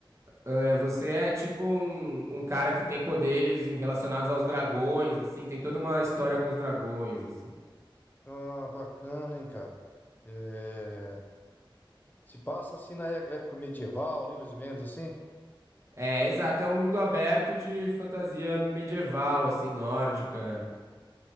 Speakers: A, on the right; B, on the left.
A: é, você é tipo um, um cara que tem poderes em- relacionados aos dragões, assim, tem toda uma história com os dragões, assim.
B: Ah, bacana, hein, cara. É, se passa assim na é- época medieval ali, mais ou menos assim.
A: É, exato, é um mundo aberto de fantasia medieval, assim, nórdica.